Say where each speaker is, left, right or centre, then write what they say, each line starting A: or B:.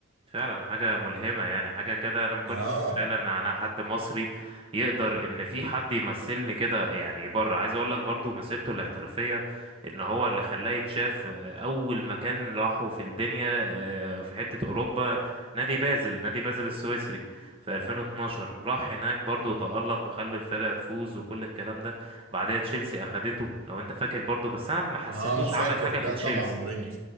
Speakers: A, on the right; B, on the right.
A: فعلا حاجة ملهمة يعني حاجة كده أنا ما كنتش
B: اه
A: أتخيل إن أنا حد مصري يقدر إن في حد يمثلني كده يعني بره عايز أقول لك برضو مسيرته الاحترافية إن هو اللي خلاه يتشاف آه، أول مكان راحه في الدنيا آه، في حتة أوروبا نادي بازل نادي بازل السويسري في 2012 راح هناك برضو تألق وخلى الفرقة تفوز وكل الكلام ده بعدها تشيلسي أخدته لو أنت فاكر برضو بس أنا ما حسيتوش
B: اه فاكر
A: عمل حاجة
B: لا
A: في تشيلسي
B: طبعا مورينيو